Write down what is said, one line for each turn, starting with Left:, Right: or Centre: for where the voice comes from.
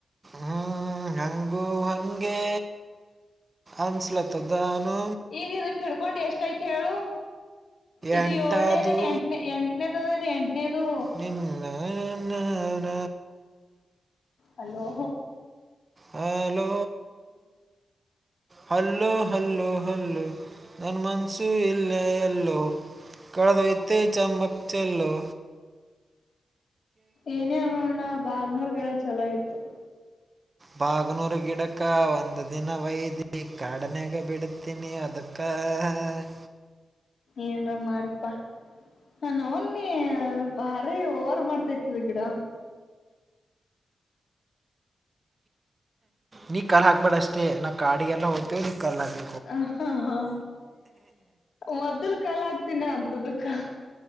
Right: ಹ್ಮ್ ಹಂಗು ಹಂಗಗೆ ಅನ್ಸ್ಲತ್ತದದಾನು
Left: ಈಗ ಇದಕ ಹಿಡ್ಕೊಂಡು ಎಷ್ಟ ಐತ್ ಹೇಳು ಇದು
Right: ಎಂಟಾದು
Left: ಏಳ್ನೇದನ ಎಂಟನೇ ಎಂಟನೇದದ ಇದು ಎಂಟನೇದು
Right: ತಿನ್ನ ಅನ್ನನ
Left: hello
Right: hello hello hello hello ನನ್ನ ಮನಸೂ ಇಲ್ಲೇ ಎಲ್ಲೋ ಕಳ್ದ ಹೋಯ್ತೆ ಚಮ್ಮಕ ಚಲ್ಲೋ
Left: ಏನೇ ಅನ್ನು ಅಣ್ಣ ಬಾಗ್ನೂರ ಗಿಡ ಚಲೋ ಇತ್ತು
Right: ಬಾಗನೂರು ಗಿಡಕ ಒಂದು ದಿನ ವಯದಿ ಕಾಡನ್ಯಾಗ ಬಿಡತೀನಿ ಅದಕ್ಕ ಕ
Left: ಏನ್ರ ಮಾಡಪ್ಪಾ ಹ ನವನಿ ಭಾರಿ ಒರ್ ಮಾಡ್ತಾ ಇತದ ಗಿಡ
Right: ನೀ ಕಲ್ಲಲ್ ಹಾಕ್ಬಾರ್ದ ಅಷ್ಟೇ ನಾ ಕಾಡಿಗೆಲ್ಲ ಹೋದ್ತೇವಿ ನೀ ಕಲ್ಲ ಹಾಕ್
Left: ಹ ಹಾ ಹ ಮೊದ್ಲು ಕಾಲ ಆಗ್ತೀಿನ ಅಂತದಕ್ಕ